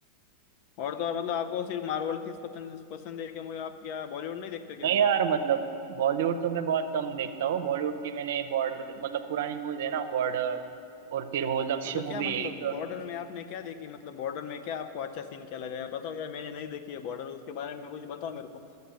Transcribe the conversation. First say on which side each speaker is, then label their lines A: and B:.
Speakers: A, on the left; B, on the right.
A: और तो और मतलब आपको सिर्फ मार्वल की पसंद पसंद है क्या मूवी आप क्या बॉलीवुड नहीं देखते क्या
B: नहीं
A: मूवी
B: यार मतलब बॉलीवुड तो मैं बहुत कम देखता हूँ बॉलीवुड की मैंने बॉर्डर मतलब पुरानी मूवीज है ना बॉर्डर और फिर वो लक्ष्य
A: मतलब
B: मूवी
A: क्या मतलब
B: है एक,
A: बॉर्डर में आपने क्या देखी मतलब बॉर्डर में क्या आपको अच्छा सीन क्या लगा यार बताओ यार मैंने नहीं देखी है बॉर्डर उसके बारे में कुछ बताओ मेरे को